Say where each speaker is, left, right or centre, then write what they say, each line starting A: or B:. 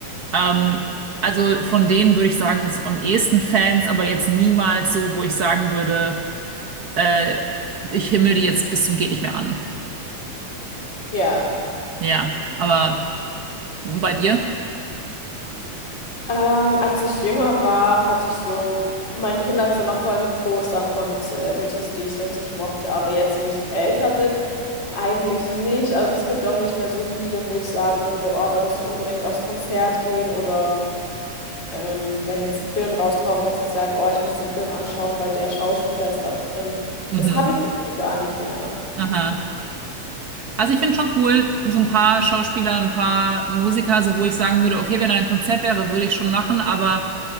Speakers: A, on the right (about 60°); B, on the left (about 35°).
A: Ähm, also von denen würde ich sagen, das am ehesten Fans, aber jetzt niemals so, wo ich sagen würde, äh, ich himmel die jetzt bis zum geht nicht mehr an.
B: Ja.
A: Ja, aber bei dir?
B: Ähm, als ich jünger war, hatte ich so mein Kinderzimmer voll mit Postern von Celebrities, die ich richtig mochte. Aber jetzt, wo ich älter bin, eigentlich nicht. Also es gibt auch nicht mehr so viele, wo ich sagen würde, oh, da muss ich unbedingt aufs Konzert gehen oder ähm, wenn jetzt ein Film rauskommt, dass ich sage, oh, ich muss den Film anschauen, weil der Schauspieler ist da drin.
A: Mhm.
B: Das habe ich irgendwie gar nicht mehr.
A: Aha. Also ich finde schon cool, so ein paar Schauspieler, ein paar Musiker, so wo ich sagen würde, okay, wenn da ein Konzert wäre, würde ich schon machen, aber